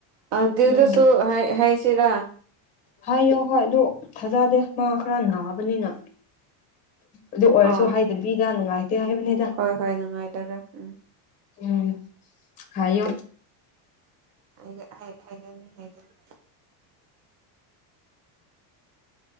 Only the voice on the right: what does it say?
ꯑꯥꯟꯇꯤꯗꯥꯁꯨ
ꯍꯥꯏ ꯍꯥꯏꯁꯤꯔꯥ
ꯑꯥ
ꯍꯣꯏ ꯍꯣꯏ ꯅꯨꯡꯉꯥꯏꯗꯔꯥ ꯎꯝ
ꯍꯥꯏꯒꯦ ꯍꯥꯏ ꯍꯥꯏꯒꯅꯤ ꯍꯥꯏꯒꯅꯤ